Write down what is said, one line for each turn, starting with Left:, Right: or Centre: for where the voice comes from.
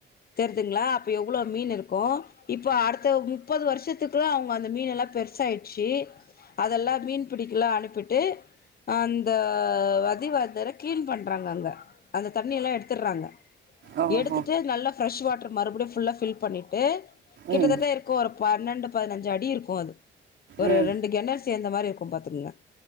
Left: தெர்துங்ளா அப்ப எவ்ளோ மீனிருக்கு இப்ப அடுத்த முப்பது வர்ஷத்துக்குள்ள அவுங்க அந்த மீனல்லா பெருசாய்ச்சி அதல்லா மீன் பிடிக்லா அனுப்பிட்டு அந்த வதிவர்தர கிளீன் பண்றாங்க அங்க அந்த தண்ணி எல்லா எடுத்துட்றாங்க
Right: ஓஹோ!
Left: எடுத்துட்டு நல்ல பிரெஷ் வாட்டர் மறுப்டியு ஃபுல்லா ஃபில் பண்ணிட்டு கிட்டத்தட்ட
Right: ம்.
Left: இரு க்கு ஒரு பன்னெண்டு பதினஞ்சு அடி இருக்கு அது ஒரு
Right: ம்.
Left: ரெண்டு கெணறு சேந்த மாரி இருக்கு பாத்துங்க